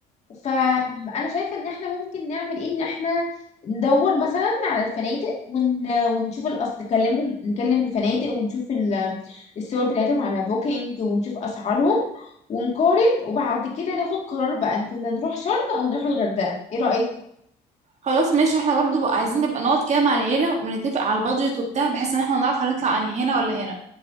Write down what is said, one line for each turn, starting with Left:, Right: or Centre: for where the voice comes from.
Left: فأنا شايفة إن إحنا ممكن نعمل إيه إن إحنا ندور مثلا على الفنادق ون... ونشوف الأصل نكلمهم نكلم الفنادق ونشوف ال... الصور بتاعتهم على بوكينج ونشوف أسعارهم ونقارن وبعد كده ناخد قرار بقى إن كنا نروح شرم أو نروح الغردقة إيه رأيك؟
Right: خلاص ماشي احنا برضو بقى عايزين نبقى نقعد كده مع العيلة ونتفق على البادجت وبتاع بحيث ان احنا نعرف هنطلع انهي هنا ولا هنا